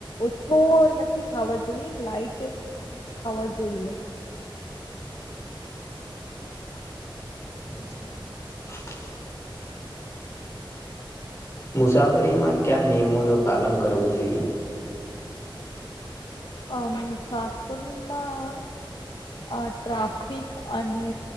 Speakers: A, on the left; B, on the left.
A: ઓછો નથી ખાવા જોઈએ લાઈટ હોવો જોઈએ
B: <inaudible> મુસાફરીમાં ક્યા નિયમોનું પાલન કરવું જોઈએ.
A: અમ સાપડીમાં આ ટ્રાફિક અને